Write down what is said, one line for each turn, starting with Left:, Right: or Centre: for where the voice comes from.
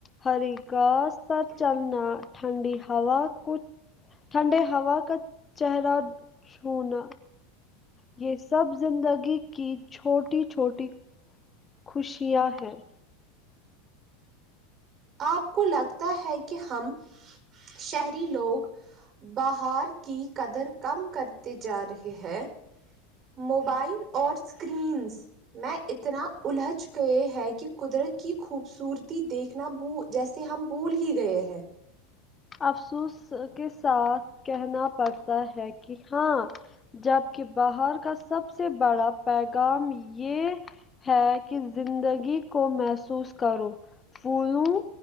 Left: ہری گھاس پر چلنا ٹھنڈی ہوا کو ٹھنڈے ہوا کا چہرہ چھونا یہ سب زندگی کی چھوٹی چھوٹی خوشیاں ہیں
Right: آپ کو لگتا ہے کہ ہم شہری لوگ بہار کی قدر کم کرتے جا رہے ہیں موبائل اور اسکرینز میں اتنا الجھ گئے ہے کہ قدرت کی خوبصورتی دیکھنا بھول جیسے ہم بھول ہی گئے ہیں
Left: افسوس کے ساتھ کہنا پڑتا ہے کہ ہاں جبک باہر کا سب سے بڑا پیغام یہ ہے کہ زندگی کو محسوس کرو پھولوں